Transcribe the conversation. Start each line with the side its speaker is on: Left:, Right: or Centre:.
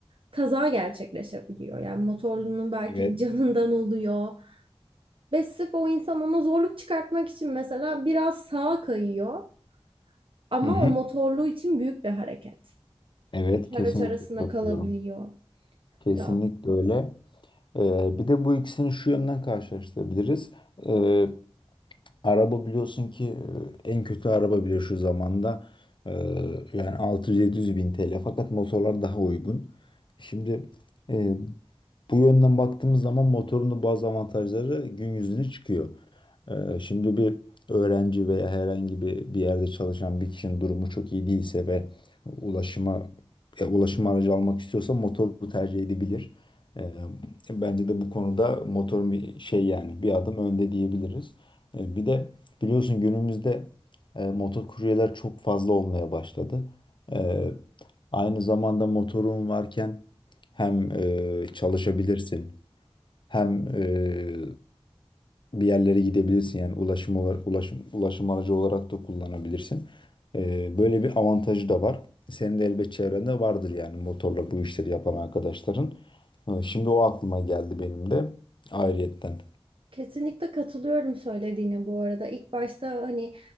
Right: kaza gerçekleşebiliyor. Yani motorlunun belki
Left: Evet.
Right: <laughs> canından oluyor. Ve sırf o insan ona zorluk çıkartmak için mesela biraz sağa kayıyor. Ama
Left: Hı hı.
Right: o motorlu için büyük bir hareket.
Left: Evet,
Right: İki
Left: kesinlikle
Right: araç arasında
Left: katılıyorum.
Right: kalabiliyor.
Left: Kesinlikle
Right: Ya
Left: öyle. Ee, bir de bu ikisini şu yönden karşılaştırabiliriz. Ee, araba biliyorsun ki e, en kötü araba bile şu zamanda e, yani altı yüz yedi yüz bin TL. Fakat motorlar daha uygun. Şimdi e, bu yönden baktığımız zaman motorun da bazı avantajları gün yüzüne çıkıyor. Ee, Şimdi bir öğrenci veya herhangi bir bir yerde çalışan bir kişinin durumu çok iyi değilse ve ulaşıma e, ulaşım aracı almak istiyorsa motoru tercih edebilir. Ee, Bence de bu konuda motorun bir şey yani bir adım önde diyebiliriz. Ee, Bir de biliyorsun günümüzde e, motor kuryeler çok fazla olmaya başladı. Ee, Aynı zamanda motorun varken hem e, çalışabilirsin hem e, bir yerlere gidebilirsin yani ulaşım olarak ulaşım ulaşım aracı olarak da kullanabilirsin. Ee, böyle bir avantajı da var. Senin de elbet çevrende vardır yani motorla bu işleri yapan arkadaşların. Ee, şimdi o aklıma geldi benim de ayrıyetten.
Right: Kesinlikle katılıyorum söylediğine bu arada. İlk başta hani